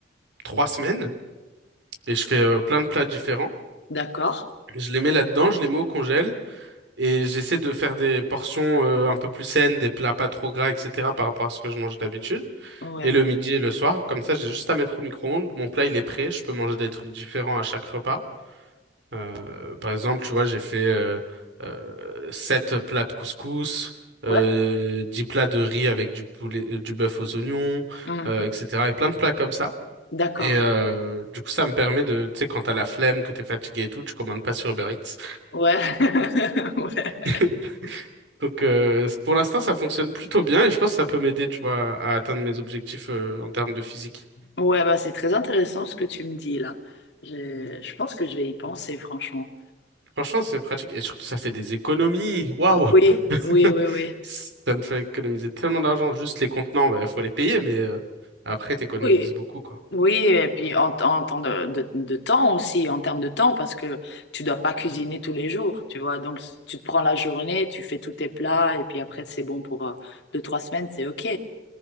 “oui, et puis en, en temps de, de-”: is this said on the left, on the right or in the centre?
Left